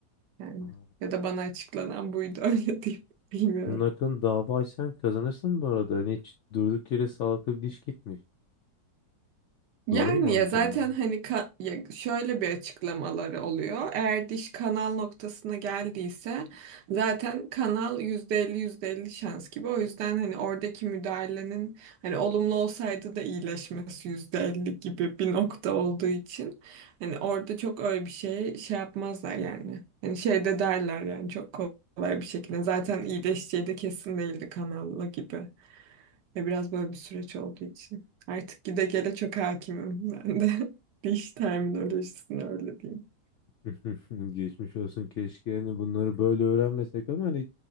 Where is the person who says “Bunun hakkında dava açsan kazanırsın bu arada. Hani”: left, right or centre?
Left